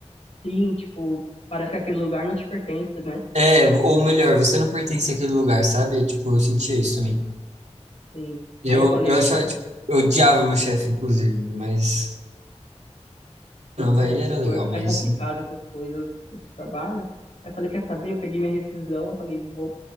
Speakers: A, on the left; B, on the right.
A: Sim, tipo, parece que aquele lugar não te pertence, né?
B: É, ou melhor, você não pertence àquele lugar, sabe? Tipo, eu sentia isso também.
A: Sim. Aí
B: Eu,
A: eu falei,
B: eu achava, tipo, eu odiava meu chefe, inclusive, mas... Não,
A: é,
B: velho, ele
A: tipo,
B: era legal,
A: é,
B: mas...
A: é complicado essas coisas, esse trabalho. Aí eu falei, quer saber? Eu peguei minha rescisão, falei, vou,